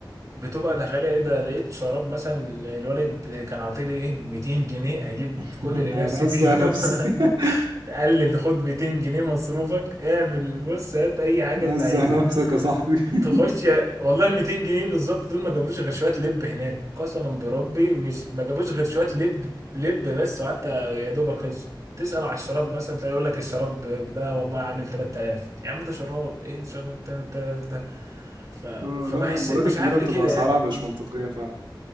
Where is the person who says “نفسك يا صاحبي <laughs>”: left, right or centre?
Right